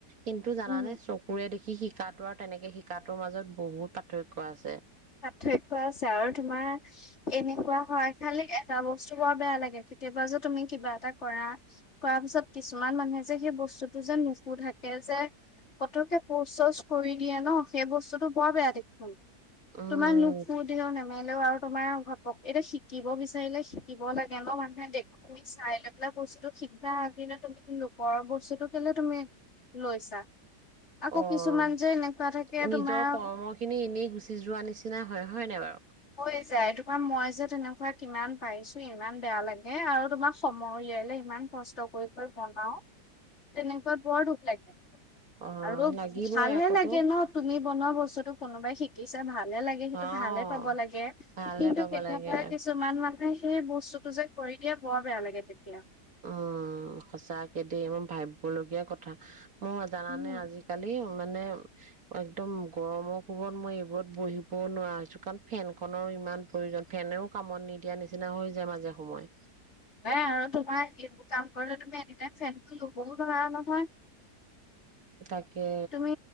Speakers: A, on the right; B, on the left.
A: কিন্তু জানা
B: উম
A: নে চকুৰে দেখি শি তাৰ ওপৰত তেনেকে শিকাটোৰ মাজত বহুত পাৰ্থক্য আছে।
B: পাৰ্থক্য আছে আৰু তোমাৰ এনেকুৱা হয়, খালি এটা বস্তু বৰ বেয়া লাগে, কেতিয়াবা যে', তুমি কিবা এটা কৰা, কৰা পিছত কিছুমান মানুহে যে, সেই বস্তুটো যে', নুহুধাকে যে পতক্কে পচ-চচ কৰি দিয়ে ন', সেই বস্তুটো বৰ বেয়া দেখুন।
A: উম,
B: তোমাক লোক হুধেও, নেমেলেও আৰু তোমাৰ, অ ', কওক এতিয়া শিকিব বিচাৰিলে শিকিব লাগে ন? মানুহে দেখি চাই লৈ পেলাই বস্তুটো শিকা, তুমি লোকৰ বস্তুটো কেলে তুমি লৈছা? আকৌ
A: অ',
B: কিছুমান
A: -নিজৰ
B: যে এনেকুৱা থাকে তোমাৰ
A: কৰ্ম -খিনি এনেই গুচি যো, যোৱা নিচিনা হয়। হয় নাই বাৰু?
B: হৈ যায় মই যে তেনেকুৱা কিমান পাইছো ইমান বেয়া লাগে, আৰু তোমাক সময় উলিয়াই- উলিয়াই ইমান কষ্ট কৰি -কৰি বনাও তেনেকুৱাত বৰ দুখ লাগে।
A: অ',
B: আৰু
A: লাগিবই
B: ভালহে
A: আকৌতো
B: লাগে ন', তুমি বনোৱা বস্তুটো- কোনোবাই শিকি, চে ভাত ভালেই লাগে। সেইটো
A: অ',
B: ভালহে পাব লাগে।
A: ভালহে
B: কিন্তু
A: পাব
B: কেতিয়াবা
A: লাগে।
B: কিছুমান মানুহে সেই বস্তুতটো যে, ' কৰি- তেতিয়া, বৰ বেয়া লাগে। তেতিয়া-
A: উম', -সচাকে দেই মই ভাবিব লগীয়া কথা। অ', -জানানে!
B: উম
A: আজিকালি অহ', মানে- একদম গৰমৰ কোবত মই, এইবোৰত বহিবও নোৱাৰা হৈছো। কাৰণ ফেন খনৰো ইমান প্ৰয়োজন, ফেনেও কামত নিদিয়া নিচিনা হৈ যায় মাজে সময়ে।
B: নাই আৰু তোমাৰ এইবোৰ কাম কৰিলে তুমি এনিটাইম ফেনটো লবও নোৱাৰা নহয়।
A: তাকে,
B: তুমি